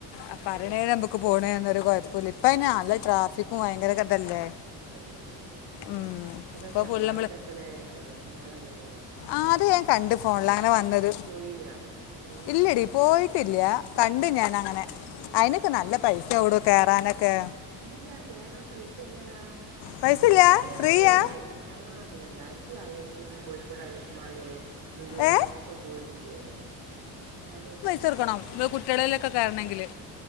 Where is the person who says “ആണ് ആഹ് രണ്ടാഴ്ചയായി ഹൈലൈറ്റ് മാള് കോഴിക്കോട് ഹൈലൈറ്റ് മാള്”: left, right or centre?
Right